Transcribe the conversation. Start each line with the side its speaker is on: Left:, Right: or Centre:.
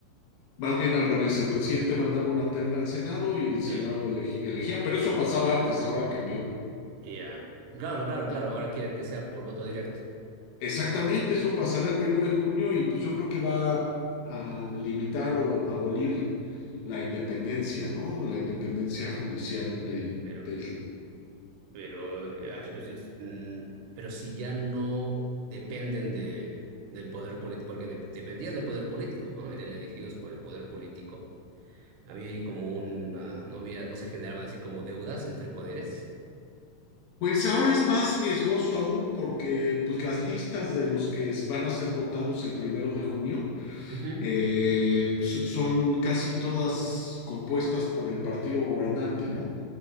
Left: Más bien al revés, el presidente mandaba una terna al Senado y el Senado
Right: Eh,
Left: eleg- elegía, pero eso pasaba antes, ahora cambió.
Right: ya. Claro, claro, claro. Ahora quiere que sea por voto directo.
Left: Exactamente, eso pasará el primero de junio y pues yo creo que va a limitar o abolir la independencia, ¿no? La independencia judicial de,
Right: Pero,
Left: del...
Right: pero, eh, ah, es- es, mm, pero si ya no dependen de, del poder político, porque de- dependían del poder político, ¿no? Eran elegidos por el poder político. Había ahí como una, no había, no se generaban así como deudas entre poderes.
Left: Pues ahora es más riesgoso aún porque pues las listas de los que van a ser votados el primero de junio
Right: Ujú.
Left: eh, so- son casi todas compuestas por el partido gobernante, ¿no?